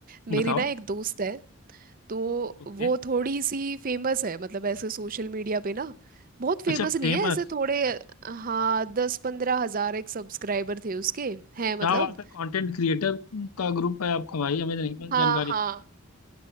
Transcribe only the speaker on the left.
बताओ
ओके
अच्छा फेमस
अच्छा अच्छा।
क्या बात है कंटेंट क्रिएटर का ग्रुप है आपका भाई हमें तो नहीं
जानकारी
थी